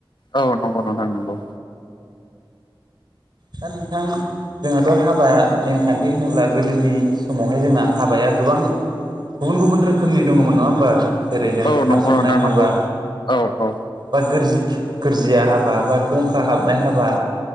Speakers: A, on the left; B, on the right.
A: औ नंगौ नंथां नंगौ
B: दा नोंथां जोंहाथ' हाबाया नेमखान्थि होनोब्ला गोदोनि समावहाय जोंना हाबाया गोबां गुबुन गुबुन रोखोमनि दङमोन नङा होमबा जेरै जों
A: औ
B: खारसननाय
A: नंगौ नोंथां नंगौ
B: हाबा
A: औ औ
B: बा गोरजि गोरजिया हाबा बा दंखा हाबनाय हाबा